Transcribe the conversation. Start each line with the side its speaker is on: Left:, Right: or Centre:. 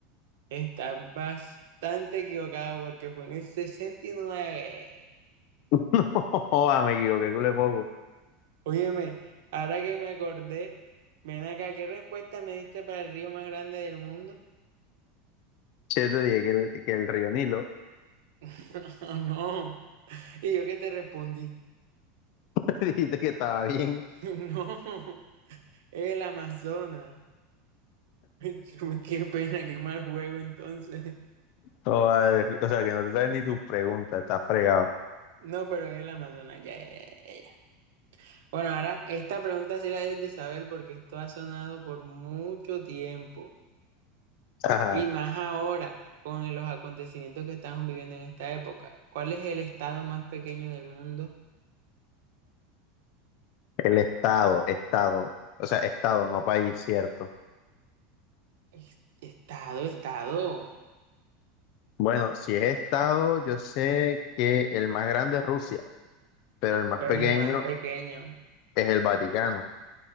Right: Está bastante equivocado porque fue en el 69.
Left: <laughs> Joda, me equivoqué, cule poco.
Right: Óyeme, ahora que me acordé, ven acá, ¿qué respuesta me diste para el río más grande del mundo?
Left: Che, te dije que el, que el río Nilo,
Right: <laughs> No, y yo que te respondí.
Left: <laughs> dijiste que estaba bien.
Right: <laughs> No. El Amazonas. <laughs> Qué pena, qué mal juego entonces.
Left: No, vale, o sea, que no te sabes ni tu pregunta, está fregado.
Right: No, pero el Amazonas, ya, ya, ya, ya. Bueno, ahora esta pregunta sí la debes de saber porque esto ha sonado por mucho tiempo
Left: Ajá,
Right: y más ahora con los acontecimientos que estamos viviendo en esta época. ¿Cuál es el estado más pequeño del mundo?
Left: el estado, estado, o sea, estado, no país, cierto.
Right: Es- Estado, estado,
Left: Bueno, si es estado, yo sé que el más grande es Rusia, pero el más
Right: pero
Left: pequeño
Right: el más pequeño.
Left: es el Vaticano,